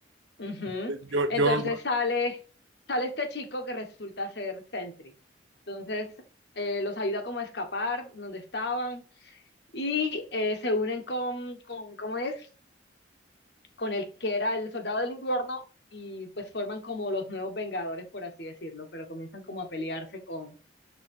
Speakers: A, on the left (about 60°); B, on the right (about 80°).
A: Ujú.
B: El Jo-
A: Entonces
B: John,
A: sale, sale este chico que resulta ser Sentry. Entonces eh, los ayuda como a escapar donde estaban y eh, se unen con, con, ¿cómo es? Con el que era el soldado del invierno y pues forman como los nuevos Vengadores, por así decirlo, pero comienzan como a pelearse con,